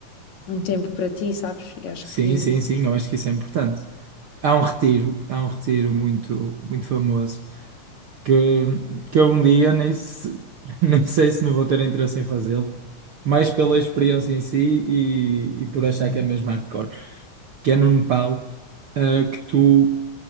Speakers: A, on the left (about 60°); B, on the right (about 60°).
A: um tempo para ti, sabes? E acho
B: Sim,
A: que
B: sim, sim, eu acho que isso é importante. Há um retiro, há um retiro muito, muito famoso que, que eu um dia nem, se- <laughs> nem sei se não vou ter interesse em fazê-lo, mais pela experiência em si e, e por achar que é mesmo hardcore. que é no Nepal, eh, que tu